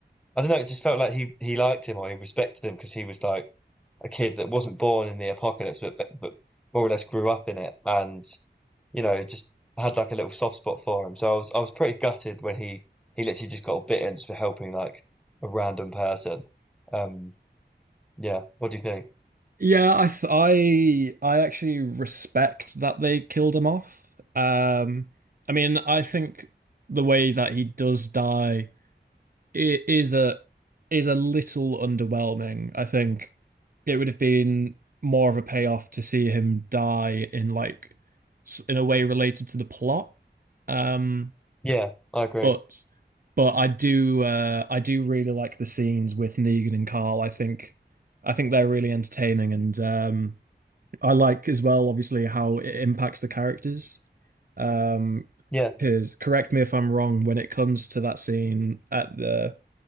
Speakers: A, in the centre; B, on the right (about 50°).
A: I don't know it just felt like he he liked him or he respected him because he was like a kid that wasn't born in the apocalypse but but, but more or less grew up in it and you know, just had like a little soft spot for him. So I was I was pretty gutted when he he literally just got bitten just for helping like a random person. Um, yeah. What do you think?
B: Yeah, I th I I actually respect that they killed him off. Um, I mean, I think the way that he does die i- is a is a little underwhelming. I think it would have been more of a payoff to see him die in like s- in a way related to the plot. Um,
A: Yeah, I agree.
B: but but I do uh, I do really like the scenes with Negan and Carl. I think I think they're really entertaining and um. I like as well, obviously, how it impacts the characters. Um,
A: Yeah,
B: because correct me if I'm wrong, when it comes to that scene at the